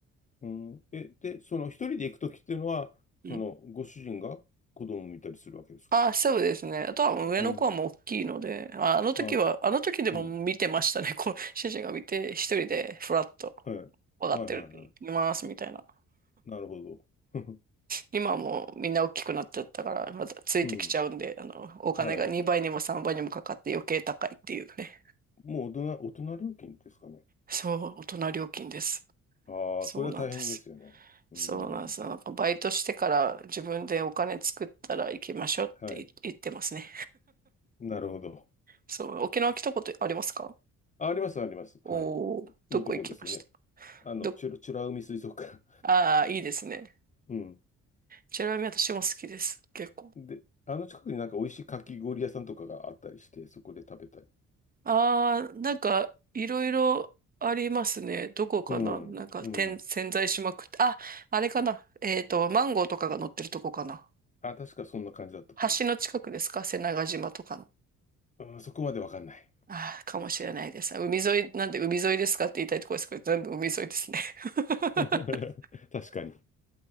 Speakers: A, on the left; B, on the right.
A: うん。え、で、その一人で行くときっていうのは、
B: うん
A: その、ご主人が子供を見たりするわけですか
B: あ、そうですね。あとはもう上の子はもう大きいので、
A: うん。
B: あ、あの時は、
A: あ、
B: あの時でも見てましたね。
A: うん。
B: こう、主人が見て、一人でフラッと、
A: はい。
B: 分かってる、
A: はいはいは
B: います、みたいな。
A: い。なるほど。<laughs>
B: 今はもうみんな大きくなっちゃったから、またついてきちゃうんで、
A: うん。
B: あの、お金が2倍にも3倍にもかかって余計高いっていうね。
A: はい。もう大人、大人料金ですかね。
B: そう、大人料金です。
A: ああ、
B: そうなんです。
A: それは大変ですよね。うん。
B: そうなんです。なんかバイトしてから自分でお金作ったら行きましょうって言言ってますね。
A: はい。なるほど。
B: そう、沖縄来たことありますか
A: あ、あります、あります。はい。
B: おー、どこ行きました
A: いいとこですよね。あの、
B: ど、
A: チュラ美ら海水族館。
B: ああ、いいですね。
A: <laughs> うん。
B: ちなみに私も好きです。結構。
A: で、あの近くになんか美味しいかき氷屋さんとかがあったりして、そこで食べたり。
B: ああ、なんか、いろいろありますね。どこかななんか、
A: うん。うん。
B: 点、潜在しまくって。あ、あれかなえっと、マンゴーとかが乗ってるとこかな
A: あ、確かそんな感じだったと思
B: 橋の近くですか瀬長島とかの。
A: う。うん、そこまでわかんない。
B: ああ、かもしれないです。海沿い、なんで海沿いですかって言いたいところですけど、全部海沿いですね。<laughs>
A: <laughs> 確かに。